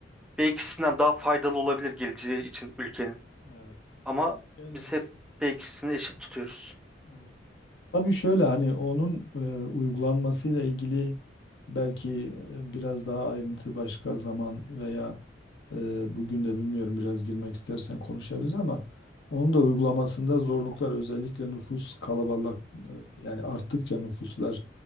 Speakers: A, in the centre; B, on the left.
A: B kişisinden daha faydalı olabilir geleceği için ülkenin.
B: Evet.
A: Ama
B: Yani
A: biz hep B kişisini eşit tutuyoruz.
B: Evet. tabii şöyle hani onun e, uygulanmasıyla ilgili Belki e, biraz daha ayrıntı başka zaman veya e, bugün de bilmiyorum biraz girmek istersen konuşabiliriz ama onun da uygulamasında zorluklar özellikle nüfus kalabalık e, yani arttıkça nüfuslar